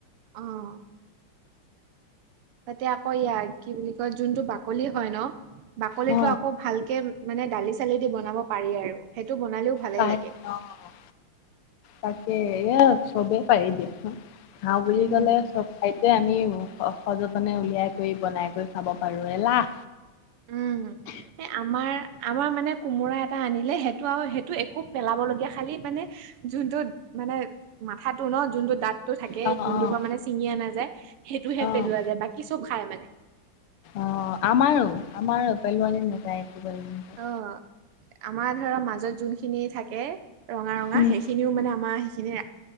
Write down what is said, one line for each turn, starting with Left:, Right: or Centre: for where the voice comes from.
Right: অ'। তাতে আকৌ ইয়াৰ কি বুলি কয় যোনটো বাকলি হয় ন বাকলিতো
Left: অ
Right: আকৌ ভালকে মানে দালি চালি দি বনাব পাৰি আৰু সেইটো বনালেও ভালেই
Left: পাই
Right: লাগে
Left: অ', তাকে এয়া চবেই পাৰি দিয়া চোন। খাও বুলি
Right: উম
Left: গলে চব খাদ্যয়ে আমি সযত্নে উলিয়াই কৰি বনাই কৰি খাব পাৰো এলাহ
Right: উম, এই আমাৰ আমাৰ মানে কোমোৰা এটা আনিলে সেইটো আৰু সেইটো একো পেলাব লগীয়া খালি মানে- যোনটোত মানে মাথাটো ন যোনটো দাঁত- সেইটো থাকে
Left: অ', অ',
Right: যোনটোৰ পৰা মানে ছিঙি আনা যায় সেইটোহে
Left: অ'।
Right: পেলোৱা যায় বাকি চব খাই মানে।
Left: অ আমাৰো আমাৰো পেলোৱানি নাযায় একো। নাযায়।
Right: অ, আমাৰ ধৰা মাজত যোনখিনি থাকে ৰঙা ৰঙা
Left: উম।
Right: সেইখিনি- সেইখিনিও মানে আমাৰ,